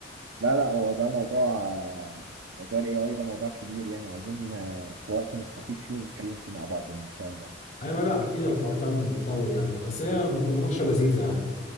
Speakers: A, on the right; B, on the left.
A: لا لا هو ده موضوع موضوع الاي اي ده موضوع كبير يعني عايزين آه، في وقت نستفيد فيه ونتكلم فيه مع بعض يعني ان شاء الله
B: ايوه لا اكيد الحوار فاهم مطول يعني بس هي مناقشه لذيذه يعني